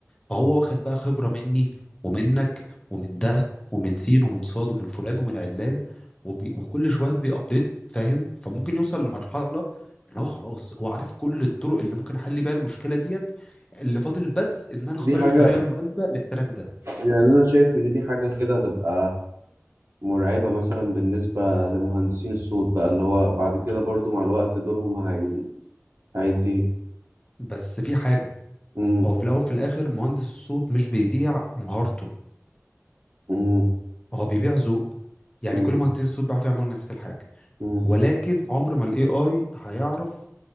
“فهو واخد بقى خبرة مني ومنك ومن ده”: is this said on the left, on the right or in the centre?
Left